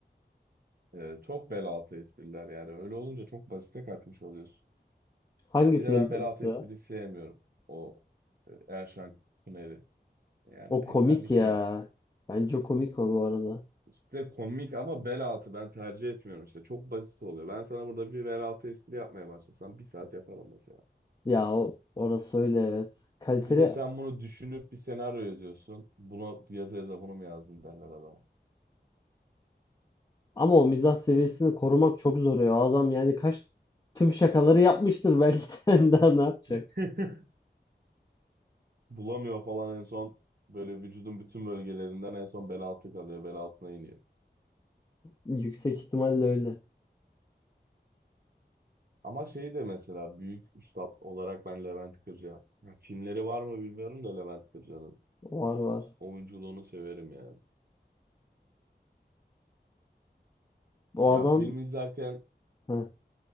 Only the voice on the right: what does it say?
Ee, çok bel altı espriler yani. Öyle olunca çok basite kaçmış oluyorsun.
Bir de
ben bel
altı espriyi sevmiyorum. O e, Erşan Kuneri. Yani
pek
benlik
değil.
İşte komik ama bel altı ben tercih etmiyorum işte. Çok basit oluyor. Ben sana burada bir bel altı espri yapmaya başlasam bir saat yaparım mesela.
Bir de sen bunu düşünüp bir senaryo yazıyorsun. Bunu yaza yaza bunu mu yazdın derler adama.
<laughs> Bulamıyor falan en son böyle vücudun bütün bölgelerinden en son bel altı kalıyor. Bel altına iniyor.
Ama şey de mesela büyük üstad olarak ben Levent Kırca. Ya filmleri var mı bilmiyorum da Levent Kırca'nın.
Oyunculuğunu severim yani.
Ya
film izlerken